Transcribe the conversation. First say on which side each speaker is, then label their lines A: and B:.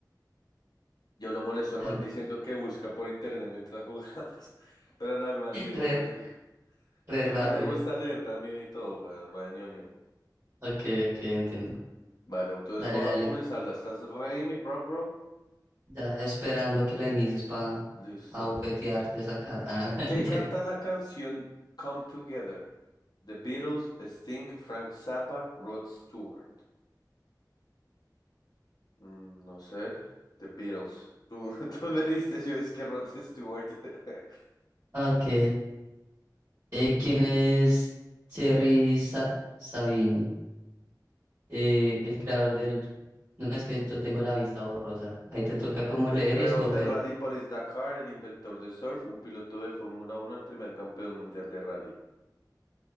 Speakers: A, on the left; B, on the right.
A: Yo lo molesto al
B: <clears throat>
A: man diciendo
B: <laughs>
A: que busca por internet mientras jugamos. <laughs> Pero no, el man sí, el
B: Re,
A: man sí-
B: re
A: Que
B: rápido.
A: el man le gusta leer también y todo, güey. El man es ñoño.
B: Ok, ok, entiendo.
A: Vale, entonces
B: Dale,
A: voy
B: dale.
A: a comenzarla. ¿Estás ready, mi bro, bro?
B: Ya esperando que la inicies para
A: Listo.
B: abofetearte, sacar. Ah, <laughs> mentira.
A: ¿Qué canta la canción Come Together? The Beatles, Sting, Frank Zappa, Rod Stewart. Mm, no sé. The Beatles. Tú, <laughs> tú le diste, yo es que Rod Stewart. <laughs>
B: Ok. Eh, ¿quién es Terry Sa- Sabini? eh, el creador del... No, es que yo tengo la vista borrosa. Ahí te
A: El,
B: toca como leer
A: el creador
B: y escoger.
A: de Rally Paris-Dakar, el inventor de surf, un piloto de Fórmula Uno el primer campeón mundial de rally.